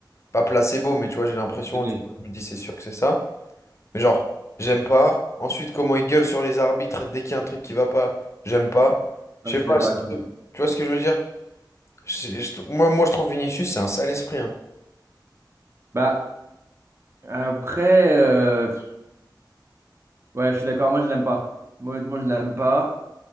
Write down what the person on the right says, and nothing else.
le nez.
Ouais,
je suis
d'accord
avec toi.
Bah, après, euh, pff, ouais, je suis d'accord, moi je l'aime pas. Moi, honnêtement, je l'aime pas.